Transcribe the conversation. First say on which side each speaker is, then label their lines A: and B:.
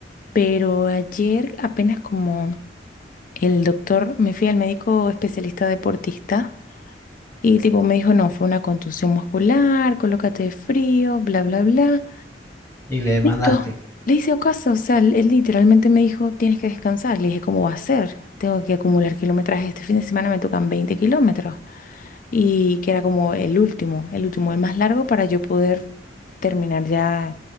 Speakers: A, on the left; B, on the left.
A: Pero ayer, apenas como el doctor, me fui al médico especialista deportista y tipo me dijo, no, fue una contusión muscular, colócate de frío, bla, bla, bla.
B: Y le
A: Listo.
B: demandaste
A: Le hice caso, o sea, él literalmente me dijo, tienes que descansar. Le dije, ¿cómo va a ser? Tengo que acumular kilometraje. Este fin de semana me tocan 20 kilómetros y que era como el último, el último, el más largo para yo poder terminar ya